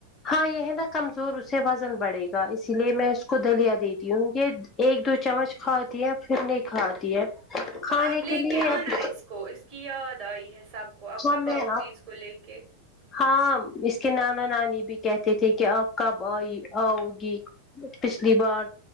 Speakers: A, on the left; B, on the right.
A: ہاں یہ ہے نا کمزور اس سے وزن بڑھے گا اسی لیے میں اس کو دلیا دیتی وں یہ ایک دو چمچ کھاتی ہے پھر نہیں کھاتی ہے کھانے
B: ہاں اب لے
A: لیے
B: کے آنا
A: اب
B: ہے اس کو اس کی یاد آئی ہے سب کو اب
A: ہمیں
B: کب آؤ گی اس کو لے کے
A: ہاں اس کے نانا نانی بھی کہتے تھے کہ آپ کب آئی آؤ گی پچھلی بار